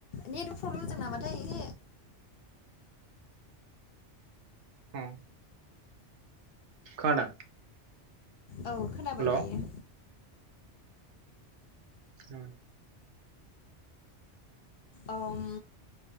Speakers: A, on the left; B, on the right.
A: नेट प्रब्लेम जादों नामाथाय <inaudible>
B: ओम खोनादों
A: औ खोनाबाय
B: हेल'
A: दायो
B: औ औ
A: आम